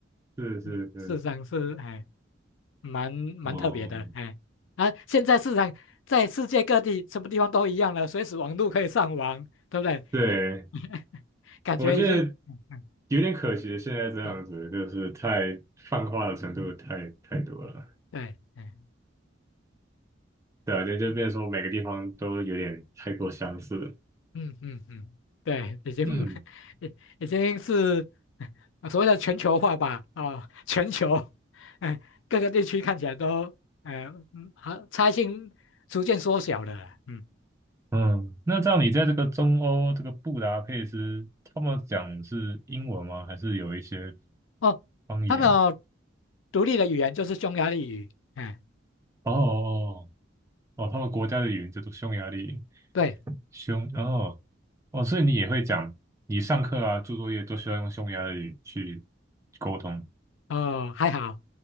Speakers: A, on the right; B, on the left.
A: 是是是，
B: 嗯市场是哎蛮蛮特别的，
A: 哦，
B: 哎，啊，现在市场在世界各地什么地方都一样了，随时网络可以上网，对不对？
A: 对，
B: <laughs> 感觉已经，
A: 我觉得。
B: 嗯嗯，
A: 有点可惜，现在这样子就是太泛化的程度太太多了，
B: 是，对。哎
A: 对啊，就就变成说每个地方都有点太过相似了
B: 嗯嗯嗯，对，已经
A: 嗯
B: <laughs> 已已经是所谓的全球化吧，啊、全球，哎、各个地区看起来都，哎、嗯，好，差异性逐渐缩小了，嗯，
A: 嗯，那这样你在这个中欧这个布达佩斯，他们讲是英文吗？还是有一些
B: 哦，
A: 方言？
B: 他们有独立的语言就是匈牙利语，哎、
A: 哦哦哦，他们国家的语言叫做匈牙利，
B: 对，
A: 匈哦哦，所以你也会讲，你上课啊、做作业都需要用匈牙利去沟通。
B: 哦，还好，